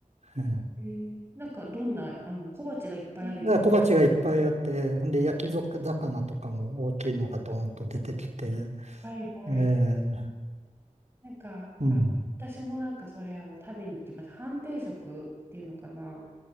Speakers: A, on the right; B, on the right.
A: うん、だか
B: えー、なんか、どんな、あの、小鉢がいっぱいあるよ。
A: ら小鉢がいっぱいあって、ほんで焼き魚とかも大きいのがドーンと出てきて、
B: はいはい。
A: ええ、
B: なんか、
A: うん、
B: あの、私もなんかそれ、あの、食べに行きました。半定食っていうのかな。